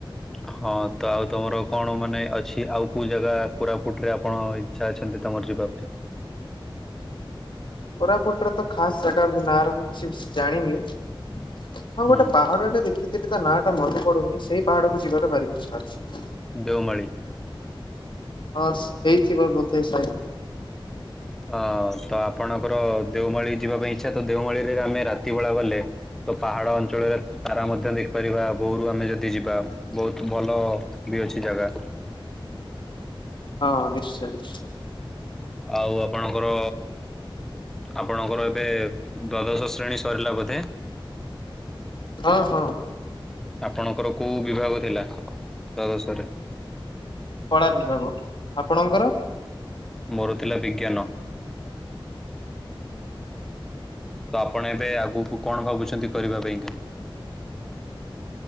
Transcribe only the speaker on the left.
କୋରାପୁଟରେ ତ ଖାସ ଜାଗା ବି ନାଁରେ ମୁଁ କିଛି ଜାଣିନି। ହଁ
ଗୋଟେ ପାହାଡଟେ ଦେଖିଥିଲି ତା ନାଁ ଟା ମନେ ପଡୁନି ସେଇ ପାହାଡକୁ ଯିବାର ଭାରି ଇଚ୍ଛା ଅଛି?
ହଁ ହେଇଥିବ ବୋଧେ ସାଇ।
ହଁ ନିଶ୍ଚୟ। ନିଶ୍ଚୟ।
ହଁ ହଁ।
କଳା ବିଭାଗ ଆପଣଙ୍କର?